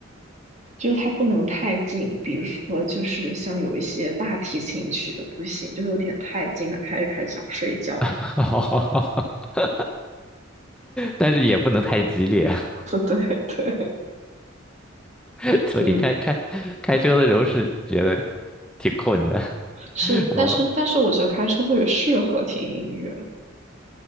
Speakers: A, on the right; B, in the centre.
A: 就是它不能太近，比如说就是像有一些大提琴曲就不行，就是有点太近了，开着开着想睡觉。
B: <laughs> 但是也不能太激烈，
A: <laughs> 对对，
B: <laughs> 所以开开开车的时候是觉得
A: 你
B: 挺困的。
A: 是，
B: <laughs> 我，
A: 但是但是我觉得开车特别适合听音乐。